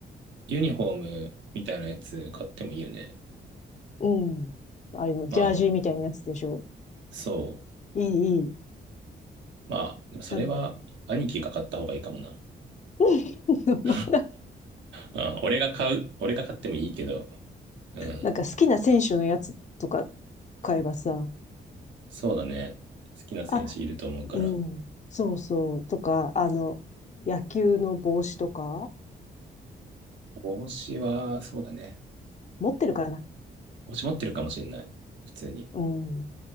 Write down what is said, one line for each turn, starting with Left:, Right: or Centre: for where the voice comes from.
Right: ユニフォームみたいなやつ買ってもいいよね。
Left: うん。あれの、ジャージーみたいなやつでしょ。
Right: まあ、そう。
Left: いい、いい。
Right: まあ、でもそれは兄貴が買った方がいいかもな。
Left: なんか <laughs>
Right: <laughs>
Left: まだ、
Right: あ俺が買う、俺が買ってもいいけど、うん。
Left: なんか好きな選手のやつとか買えばさ。
Right: そうだね。好きな選手いると思うから。
Left: あ、うん。そうそう。とか、あの、野球の帽子とか、
Right: 帽子は、そうだね。
Left: 持ってるかな
Right: 帽子持ってるかもしれない。普通に。
Left: うん。